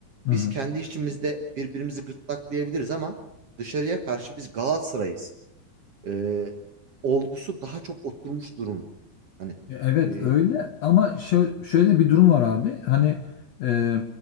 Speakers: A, on the left; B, on the right.
A: Hı
B: Biz
A: hı.
B: kendi içimizde birbirimizi gırtlaklayabiliriz ama dışarıya karşı biz Galatasaray'ız. E, olgusu daha çok oturmuş durumda. Hani
A: Ya Evet
B: e,
A: öyle ama şö- şöyle bir durum var abi. Hani e,